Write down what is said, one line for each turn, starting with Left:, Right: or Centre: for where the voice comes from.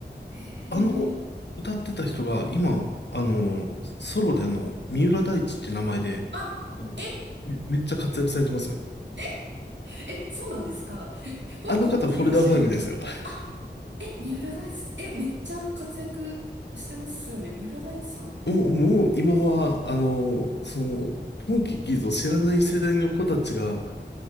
Right: へえ。
Left: あの、歌ってた人が今、あの、ソロであの、三浦大知って名前で、
Right: あ、
Left: あの
Right: え、
Left: め、めっちゃ活躍されてますよ。
Right: え、え、そうなんですか。えポンキッキーズ出、
Left: あの方、フォルダーファイブですよ。<laughs>
Right: あ、え、三浦大知、え、めっちゃ活躍してますよね、三浦大知さん。
Left: もう、もう今は、あの、その、ポンキッキーズを知らない世代の子たちが、